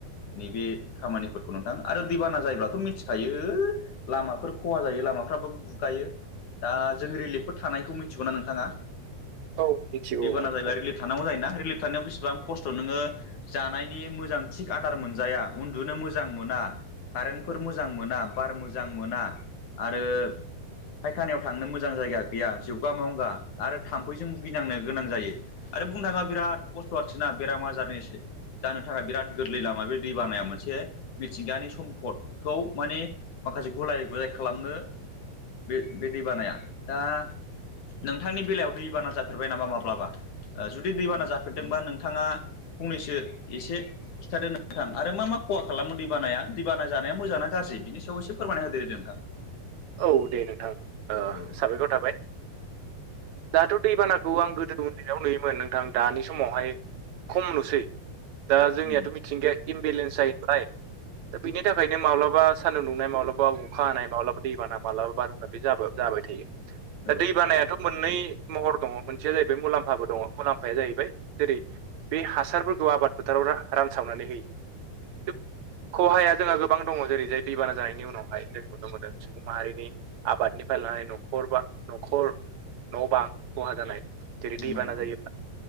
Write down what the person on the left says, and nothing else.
नैबे खामानिफोरखौ नोंथां, आरो दैबाना जायोब्लाथ' मिथिखायो। लामाफोर खहा जायो लामाफ्राबो बुगायो दा जों रिलिफफोर थानायखौ मिथिगौनाा नोंथाङा।
रबाना
जाहैबाय रिलिफ थानांगौ जायोना रिलिफ थानायाव बेसिबां खस्थ' नोङो जानायनि मोजां थिग आदार मोनजाया, उन्दुनो मोजां मोना। कारेन्टफोर मोजां मोना बार मोजां मोना। आरो फायखानायाव थांनो मोजां जायगा गैया जोबगा मगा, आरो थाम्फैजों भुगिनांनो गोनां जायो। आरो बुंनो थाङा बिराद खस्थ' आरोखि नना बेराम आजारनिसै। जानो थाखाय बिराद गोरलै लामा बे दै बानाया मोनसे मिथिंगानि सम्फदखौ माने माखासे गुलाय गुजाय खालामनो बे बे दैबानाया, दा नोंथांनि बेलायाव दैबाना जाफेरबाय नामा माब्लाबा? जुदि दैबाना जाफेरदोंबा नोंथाङा फंनैसो एसे खिथादो नोंथां आरो मा मा खहा खालामो दै बानाया? दैबाना जानाया मोजां गाज्रि? बिनि एसे फोरमाय होदो नोंथां।
औ
उम
औ
नंगौ
नंगौ नोंथां